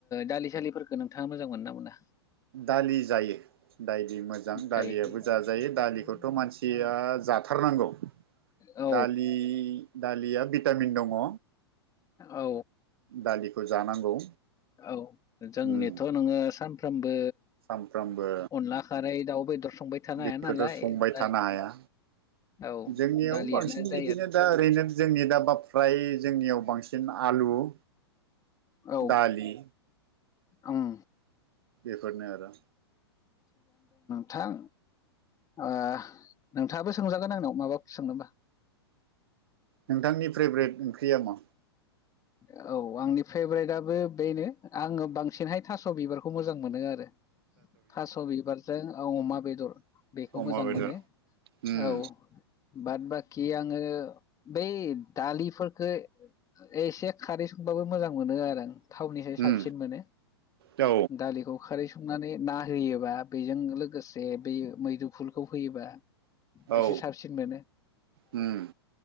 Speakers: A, on the left; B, on the right.
A: दालिसालिफोरखौ नोंथाङा मोजां मोनो ना मोना?
B: दालि जायो। दायलि मोजां
A: जायो
B: दालियाबो जाजायो दालिखौथ' मानसिया जाथारनांगौ।
A: औ
B: दालि दालिया भिटामिन दङ।
A: औ
B: दालिखौ जानांगौ
A: औ जोंनिथ'
B: उम
A: नोङो सान बो
B: सानफ्रामबो
A: अला खारै दाउ बेदर संबाय थानो
B: बेखौथ'
A: हाया नालाय
B: संबाय
A: दालि
B: थानो हाया?
A: औ
B: जोंनियाव
A: दालियानो
B: बांसिन
A: जायो
B: बिदिनो
A: आरो
B: दा ओरैनो जोंनि दा बा फ्राय जोंनियाव बांसिन आलु
A: औ
B: दालि,
A: ओं
B: बेफोरनो आरो
A: थां ओ नोंथाङाबो सोंजागोन आंनाव माबा सोङनोबा
B: नोंथांनि फ्रेभरेट ओंख्रिया मा?
A: औ आंनि फेभरेटआबो बेनो आङो बांसिनहाय थास' बिबारखौ मोजां मोनो आरो थास' बिबारजों अमा बेदर बेखौ
B: अमा
A: मोजां
B: बेदर
A: मोनो।
B: उम
A: औ बाद बा कि आङो बै दालिफोरखो एसे खारै संबाबो मोजां मोनो आरो आं थावनिफ्राय साबसिन
B: उम
A: मोनो
B: औ
A: दालिखौ खारै स संनानै ना होयोबा बेजों लोगोसे बे मैद्रुफुलखौ होयोबा
B: औ
A: एसे साब
B: उम